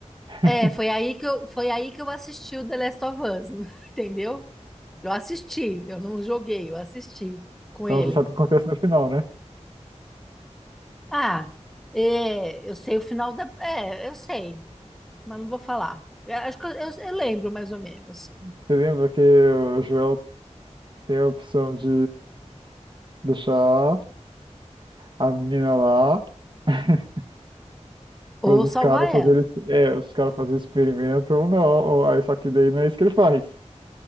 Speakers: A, on the right; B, in the centre.
A: <laughs>
B: É, foi aí que eu, foi aí que eu assisti o The Last of Us, <laughs> entendeu? Eu assisti, eu não joguei, eu assisti com
A: Então
B: ele.
A: você sabe o que acontece no final, né?
B: Ah, é, eu sei o final da. É, eu sei, mas não vou falar. Eu acho que eu, eu- eu lembro mais ou menos.
A: Você lembra que o Joel tem a opção de deixar a menina lá <laughs>
B: Ou
A: para os
B: salvar
A: caras fazerem,
B: ela.
A: é, os caras fazerem experimento ou não. Ou, aí, só que daí não é isso que ele faz.